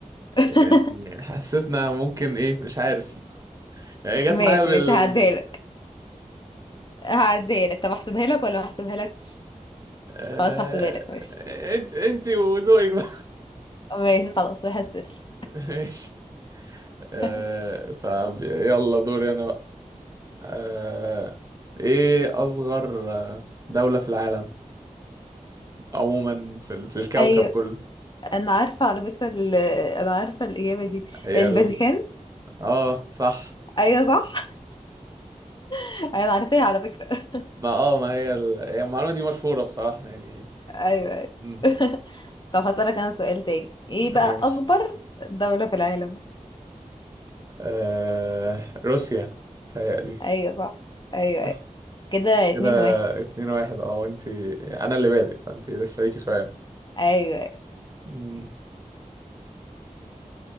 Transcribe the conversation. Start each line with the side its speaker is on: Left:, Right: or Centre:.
Left: <laughs>
Right: يعني حسيتنا ممكن ايه مش عارف يعني
Left: ماشي
Right: جت معايا بال
Left: ماشي هعديها لك هعديها لك طب احسبها لك ولا ما احسبها لك
Right: آه...
Left: خلاص هحسبها لك ماشي
Right: انت انت وذوقك بقى
Left: ماشي خلاص واحد صفر
Right: <laughs> ماشي آه...
Left: <laughs>
Right: طب يلا دوري انا بقى آه... ايه اصغر آه، دولة في العالم عموما في, ال- في الكوكب
Left: ايوه
Right: كله
Left: انا عارفه على فكره ال... انا عارفه الاجابه دي
Right: هي
Left: الفاتيكان
Right: ال... اه صح
Left: ايوه صح <laughs> انا عارفاها على فكره
Right: ما اه ما هي ال... هي المعلومة دي مشهورة بصراحة يعني
Left: ايوه ايوه
Right: مم،
Left: <laughs> طب هسألك انا سؤال تاني ايه
Right: ماشي
Left: بقى اكبر دولة في العالم
Right: آه... روسيا تهيألي
Left: ايوه صح ايوه
Right: <laughs>
Left: ايوه كده اتنين
Right: كده
Left: واحد
Right: اتنين واحد اه وانت انا اللي بادئ فانت لسه ليكي سؤال
Left: ايوه أيوة.
Right: مم،